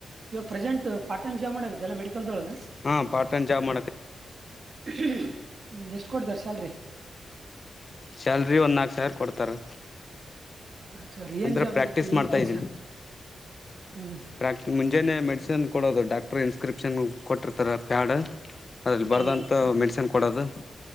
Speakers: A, on the right; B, on the left.
A: ಇವಾಗ ಪ್ರೆಸೆಂಟ್ ಪಾರ್ಟ್ ಟೈಮ್ ಜಾಬ್ ಮಾಡಗತ್ತಲ್ಲಾ ಮೆಡಿಕಲ್ದೊಳಗೆ
B: ಹಾ ಪಾರ್ಟ್ ೈಮ್ಾಬ್ ಮಾಡಕ್
A: ಹ್ಮ ಎಷ್ಟು ಕೊಡ್ತಾರ ಸ್ಯಾಲ್ರಿ
B: ಸ್ಯಾಲ್ರಿ ಒಂದು ನಾಲ್ಕು ಸಾವಿರ ಕೊಡ್ತಾರೆ
A: ನಾಕ್ ಸಾವಿರ ಏನ್
B: ಅಂದ್ರೆ
A: ಜಾಬ್
B: ಪ್ರಾಕ್ಟೀಸ್
A: ಇರುತ್ತೆ ಏನ್
B: ಮಾಡ್ತಾ
A: ಕೆಲ್ಸ
B: ಇದ್ದೀನಿ.
A: ಹ್ಮ್
B: ಪ್ರಾಕ್ ಮುಂಜಾನೆ ಮೆಡಿಸಿನ್ ಕೊಡೋದು ಡಾಕ್ಟರ್ ಇನ್ಸ್ಕ್ರಿಪ್ಷನ್ ಕೊಟ್ಟಿರ್ತಾರ ಪ್ಯಾಡ್. ಅದ್ರಲ್ಲಿ ಬರ್ದಂತ
A: ಹ್ಮ್
B: ಮೆಡಿಸಿನ್ ಕೊಡದು